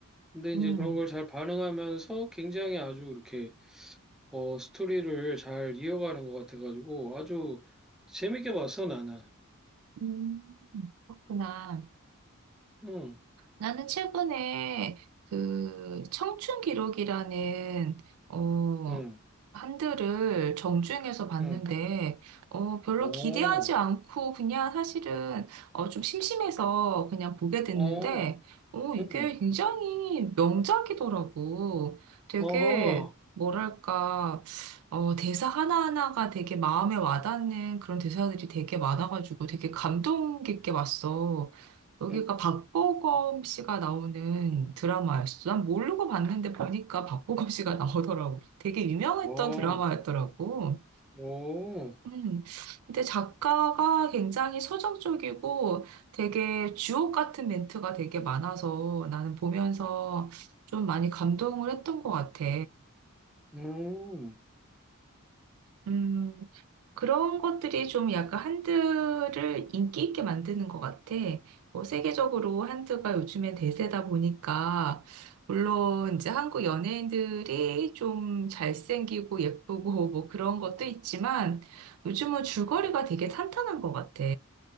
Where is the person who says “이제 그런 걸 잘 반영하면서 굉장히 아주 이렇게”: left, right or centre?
Centre